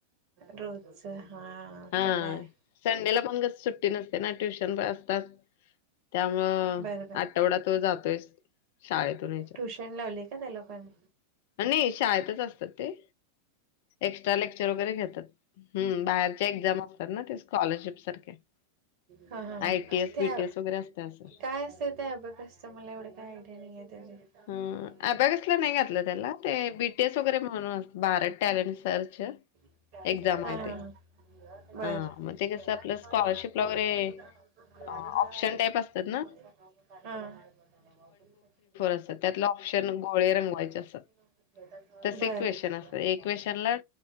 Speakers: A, on the right (about 45°); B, on the left (about 50°).
A: रोजच हा
B: हा.
A: तेवढा आहे
B: संडेला पणस कस सुट् टी नसते ना. ट्युशन असतात. त्यामुळ
A: बरं बरं
B: आठवडा तो जातोयच. शाळेतून ह्याच्यात.
A: ट्युशन लावली का त्याला पण?
B: नाही, शाळेतच असतात ते एक्स्ट्रा लेक्चर वगैरे घेतात. हम, बाहेरचे एक्झाम असतात ना, ते स्कॉलरशिप सारखे.
A: ह ह ह
B: आय-टी-एस,
A: त्या
B: बी-टी-एस वगैरे असते असं.
A: काय असत ते अबॅकस? मला एवढं आयडिया नाही त्याची.
B: हं, अबॅकसला नाही घातलं त्याला ते बी टी एस वगैरे म्हणून भारत टॅलेंट सर्च
A: हा
B: एक्झाम आहे ते.
A: हा
B: हां, मग ते कसं आपलं
A: हा.
B: स्कॉलरशिपला वगैरे
A: बर
B: अ, ऑप्शन टाइप
A: <unintelligible>
B: असतात ना,
A: <unintelligible> हा.
B: असतात. त्यातलं ऑप्शन गोळे
A: <unintelligible>
B: रंगवायचे असतात.
A: बर.
B: तसे क्वेशन असतात. एक क्वेशनला